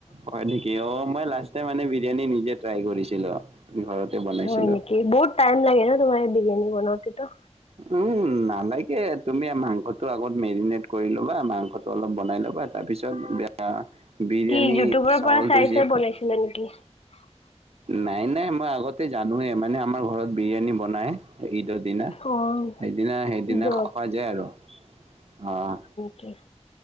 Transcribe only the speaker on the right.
হয় নেকি অ মই লাষ্টাই মানে বিৰিয়ানী নিজে ট্ৰাই কৰিছিলো ঘৰতে বনাইছিলো
উম নালাগে তুমি মাংসটো আগত মেৰিনেট কৰি ল'বা মাংসটো অলপ বনাই ল'বা তাৰপিছ এয়া বিৰিয়ানী
চাউলতটো
যে <unintelligible>
নাই নাই মই আগতে জানোয়ে মানে আমাৰ ঘৰত বিৰিয়ানী বনাই ঈদৰ দিনা
সেইদিনা সেইদিনা
খোৱা যায় আৰু আহ